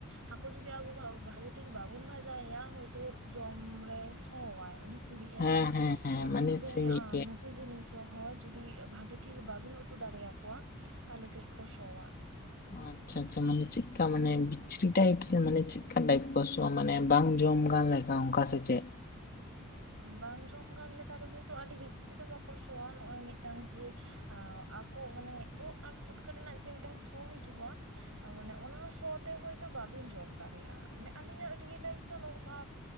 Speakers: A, on the right (about 65°); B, on the left (about 40°).
A: ᱦᱟᱹᱠᱩ ᱡᱩᱫᱤ ᱟᱵᱚ ᱵᱷᱟᱹᱜᱤ ᱴᱷᱤᱠ ᱵᱟᱵᱚᱱ ᱵᱷᱟᱡᱟᱭ ᱭᱟ ᱛᱚ ᱡᱚᱢ ᱨᱮ ᱥᱚᱣᱟᱭ ᱩᱱᱤ ᱥᱤᱨᱤᱡᱽ
B: ᱦᱮᱸ
A: ᱮ ᱥᱚᱣᱟ
B: ᱦᱮᱸ ᱦᱮᱸ
A: ᱛᱮᱢᱚᱱ
B: ᱢᱟᱱᱮ
A: ᱜᱮ
B: ᱥᱤᱲᱤᱡ
A: ᱱᱩᱠᱩ ᱡᱤᱱᱤᱥ ᱛᱚ ᱦᱚᱭ ᱡᱩᱫᱤ ᱵᱷᱟᱜᱮ ᱴᱷᱤᱠ ᱵᱟᱵᱤᱱ ᱩᱛᱩ ᱫᱟᱲᱮᱭᱟᱠᱚᱣᱟ ᱛᱟᱦᱞᱮ ᱠᱟᱹᱡ ᱠᱚ ᱥᱚᱣᱟ ᱾
B: ᱚ ᱟᱪᱪᱷᱟ ᱾ ᱟᱪᱪᱷᱟ ᱢᱟᱱᱮ ᱪᱮᱫᱠᱟ ᱢᱟᱱᱮ ᱵᱤᱪᱨᱤ ᱴᱟᱭᱤᱯ ᱥᱮ ᱢᱟᱱᱮ ᱪᱮᱫᱠᱟ ᱴᱟᱭᱤᱯ ᱠᱚ ᱥᱚᱣᱟ ᱢᱟᱱᱮ ᱵᱟᱝ ᱡᱚᱢ ᱜᱟᱱ ᱞᱮᱠᱟ? ᱚᱱᱠᱟ ᱥᱮ ᱪᱮᱫ?
A: ᱵᱟᱝ ᱡᱚᱢ ᱜᱟᱱ ᱞᱮᱠᱟ ᱫᱚ ᱦᱳᱭᱛᱳ ᱟᱹᱰᱤ ᱵᱤᱪᱷᱨᱤ ᱫᱚ ᱵᱟᱠᱚ ᱥᱚᱣᱟ ᱱᱚᱜ ᱚᱭ ᱢᱤᱫ ᱢᱤᱫᱴᱟᱝ ᱡᱮ ᱟᱠᱚ ᱚᱱᱮ ᱳᱫ ᱟᱨ ᱯᱩᱴᱠᱟᱹ ᱨᱮᱱᱟᱜ ᱡᱮ ᱢᱤᱫᱴᱟᱝ ᱥᱚ ᱦᱤᱡᱩᱜᱼᱟ ᱢᱟᱱᱮ ᱚᱱᱟ ᱥᱚ ᱛᱮ ᱦᱳᱭᱛᱳ ᱵᱟᱵᱤᱱ ᱡᱚᱢ ᱫᱟᱲᱮᱭᱟᱜᱼᱟ। ᱢᱟᱱᱮ ᱟᱹᱞᱤᱧᱟᱜ ᱨᱤᱭᱮᱞᱟᱭᱤᱡ ᱫᱚ ᱱᱚᱝᱠᱟ